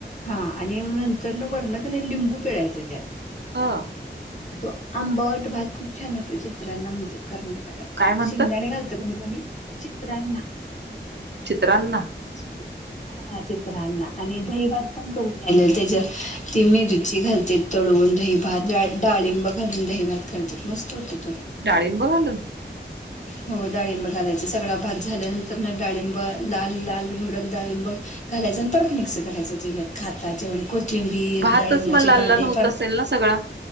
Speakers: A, on the left; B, on the right.
A: हा आणि नंतर न वरण क नाही लिंबू पिळायचं त्यात.
B: हा.
A: तो आंबट भात खूप छान होतो. चित्रांना म्हणत्यात कर्नाटकात
B: काय म्हणत
A: शेंगदाणे घालत्यात चित्रांना.
B: चित्रांना.
A: चित्र हा चित्रांना आणि दहीभात पण <unintelligible> त्याच्यात. ती मिरची घालते. तळवून दही, भात, डाळिंब घालून दही, भात घालते, मस्त होतोय.
B: डाळींब घालून
A: हो, डाळिंब घालायचा. सगळा भात झाल्यानंतर ना डाळिंब लाल- लाल भडक डाळिंब घालायचं. आणि परत मिक्स करायचं त्याच्यात खाताच्या वेळी. कोथिंबीर,
B: भातच
A: डाळिंबाचे
B: मग लाल
A: दाणे
B: लाल होत असेल ना सगळा